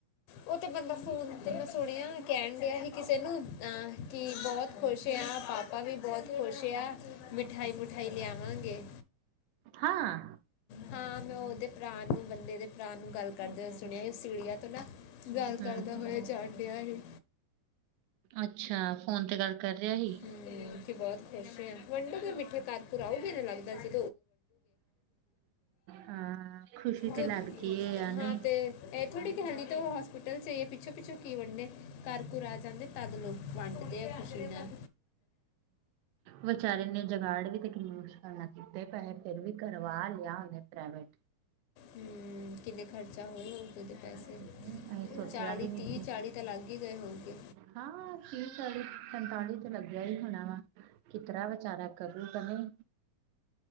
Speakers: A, on the left; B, on the right.
A: ਊਹ ਤੇ ਬੰਦਾ ਫੋਨ ਤੇ ਮੈਂ ਸੁਣਿਆ ਕਹਿਣ ਡਿਆ ਸੀ ਕਿਸੇ ਨੂੰ ਅਹ ਕਿ ਬਹੁਤ ਖੁਸ਼ ਆ ਪਾਪਾ ਆਪਾਂ ਵੀ ਬਹੁਤ ਖੁਸ਼ ਆ ਮਿਠਾਈ-ਮਿਠਾਈ ਲਿਆਵਾਂਗੇ।
B: ਹਾਂ।
A: ਹਾਂ ਮੈਂ ਉਹਦੇ ਭਰਾ ਨੂੰ ਬੰਦੇ ਦੇ ਭਰਾ ਨੂੰ ਗੱਲ ਕਰਦੇ ਹੋਏ ਸੁਣਿਆ ਸੀ ਉਹ ਸਿੜੀਆਂ ਤੋਂ ਨਾ ਗੱਲ
B: ਹਮ
A: ਕਰਦਾ ਹੋਇਆ ਚੱੜ ਪਿਆ ਹੀ।
B: ਅੱਛਾ ਫੋਨ ਤੇ ਗੱਲ ਕਰ ਰਿਹਾ ਹੀ।
A: ਹਮ ਕਿ ਬਹੁਤ ਖੁਸ਼ ਆ ਵੰਡੋਗੇ ਮਿੱਠੇ ਘਰ-ਘੁਰ ਆਓਗੇ ਲੱਗਦਾ ਸੀ।
B: ਹਾਂ ਖੁਸ਼ੀ ਤੇ
A: ਜੋ
B: ਲੱਗਦੀ‌ ਏ ਯਾਂ ਨਹੀਂ
A: ਹਾਂ ਤੇ ਇਹ ਥੋੜੀ ਹਲੇ ਤੇ ਉਹ ਹੋਸਪਿਟੱਲ ਚ ਏ ਹੈ ਪਿੱਛੋਂ-ਪਿੱਛੋਂ ਕੀ ਵੰਡਦੇ ਘਰ-ਘੁਰ ਆ ਜਾਂਦੇ ਤਦ ਲੋਕ ਵੰਡਦੇ ਆ ਖੁਸ਼ੀ ਨਾਲ
B: ਵਿਚਾਰੇ ਨੇ ਜਗਾੜ ਵੀ ਤੇ ਕਿੰਨੀ ਮੁਸ਼ਕਲ ਨਾ ਕੀਤਾ ਪੈਹੇ ਫਿਰ ਵੀ ਕਰਵਾ ਲਿਆ ਉਹਨੇ ਪ੍ਰਾਈਵੇਟ
A: ਹੂੰ ਮ ਕਿੰਨੇ ਖਰਚਾ ਹੋਏ ਹੋਗੇ ਉਹਦੇ ਪੈਸੇ
B: ਨਹੀਂ ਅਸੀਂ ਸੋਚਿਆ
A: ਚਾਲੀ
B: ਵੀ ਨਹੀਂ
A: ਤੀਹ
B: ਸੀ
A: ਚਾਲੀ ਤਾਂ ਲੱਗ ਹੀ ਗਏ ਹੋਣਗੇ
B: ਹਾਂ ਤੀਹ ਚਾਲੀ ਪੰਤਾਲੀ ਤੇ ਲੱਗਿਆ ਹੀ ਹੋਣਾ ਵਾ ਕਿ ਤਰਾ ਵਿਚਾਰਾ ਕਰੂ ਪਨ